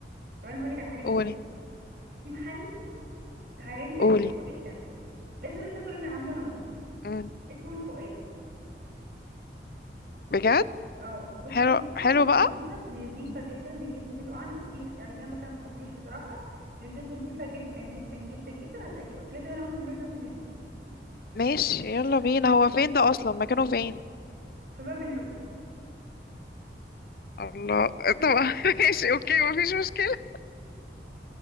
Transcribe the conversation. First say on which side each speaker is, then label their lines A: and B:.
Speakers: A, on the right; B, on the left.
A: طب انا هقول لك على حاجه نعملها
B: قولي
A: في محل بتاع رنجة
B: قولي
A: حلو جدا لازم نروح ناكل رنجة عنده انا وانت
B: مم.
A: اس- اسمه الفؤاد
B: بجد
A: اه بصي
B: حلو
A: رنجته
B: حلو بقى
A: نظيفه نظيفه
B: مم.
A: جدا رنجته نظيفه وعنده فسيخ يعني كمان بس انا ما باكلوش بصراحه رنجته نظيفه جدا جدا جدا جدا هتعجبك لازم انا وانت نروح ناكل هناك
B: ماشي يلا بينا هو فين ده اصلا مكانه فين
A: في باب اللوق
B: الله طبعا <laughs> ماشي اوكي مفيش مشكلة